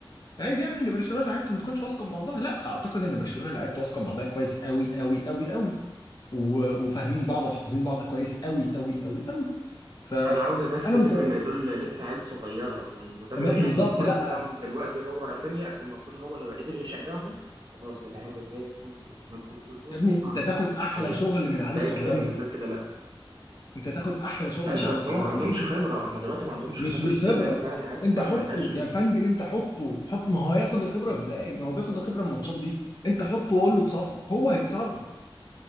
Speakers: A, on the left; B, on the right.
A: عيب يعني ان برشلونه لعيبته ما تكونش واثقه في بعضها لا اعتقد ان برشلونه لعيبته واثقه في بعضها كويس قوي قوي قوي قوي و- وفاهمين بعض وحافظين بعض كويس قوي قوي قوي قوي فانا
B: انا عاوزك بس تفتكر
A: متوقع
B: ان دول لسه عيال صغيره والمدرب
A: ما- بالظبط
B: يعني القائد
A: لا
B: بتاعهم دلوقتي هو رافينيا فالمفروض هو لو قدر يشجعهم خلاص اللعيبه هيتفهم هيتظبط بتقول كده
A: يا
B: الثقه
A: ابني انت
B: عندهم
A: تاخد
B: هتبقى
A: احلى
B: عاليه
A: شغل من العيال
B: لكن
A: الصغيره دي
B: غير كده لا
A: انت تاخد احلى شغل
B: ماشي
A: من العيال
B: بس
A: الصغيره
B: هم ما عندهمش
A: دي
B: خبره هم دلوقتي ما عندهمش
A: مش
B: خبره انت
A: بالخبره
B: بتتكلم فعلا عيال صغيره
A: انت حطه
B: ما عندهاش خبره
A: يا فندم انت حطه حط ما هو هياخد الخبره ازاي ما هو بياخد الخبره من الماتشات دي انت حطه وقول له اتصرف هو هيتصرف